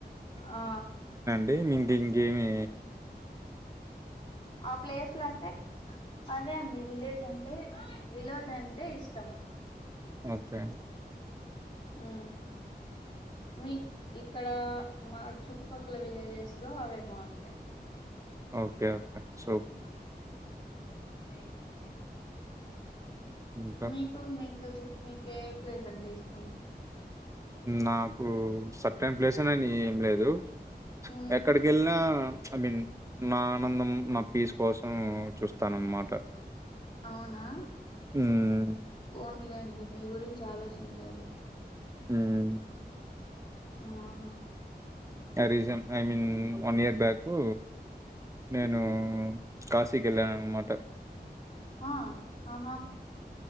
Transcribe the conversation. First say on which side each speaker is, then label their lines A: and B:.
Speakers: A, on the left; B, on the right.
A: ఆ
B: అండి ఇంకేమీ
A: ఆ ప్లేస్లు అంటే అదే అండి విలేజ్ అంటే విలోజ్ అంటే ఇష్టము
B: ఓకే
A: ఉ మీ ఇక్కడ మాకు చుట్టుపక్కల విలేజెస్ లో అవే బాగుంటాయి
B: ఓకే ఓకే సో
A: అ
B: ఇంకా
A: మీకు మీకు చ మీకు ఏ ప్లేస్ అంటే ఇష్టం
B: నాకు సట్న్ ప్లేస్ అని ఏం లేదు
A: ఉమ్
B: ఎక్కడికి వెళ్లినా ఐ మీన్ నా ఆనందం నా పీస్ కోసం చూస్తానన్నమాట
A: అవునా
B: ఉమ్
A: ఫోన్లేండి మీ గురించి ఆలోచించారు
B: ఉమ్
A: ఆహా
B: recent I mean one year back నేను కాశీకి వెళ్ళాను అనిమాట
A: ఆ ఆహా